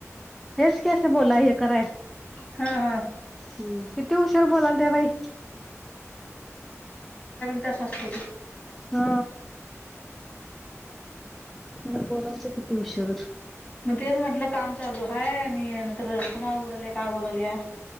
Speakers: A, in the centre; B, on the left.
A: हेच कस बोला हे कराय
B: हा हा
A: हम् किती उशर बोलाल त्या बाई
B: त्यास्तची
A: ह ह ना बदा ते कुती उषर
B: मग तेच म्हटलं काम चालू आहे आणि नंतर कुणाला बोलाल काय बोलाल या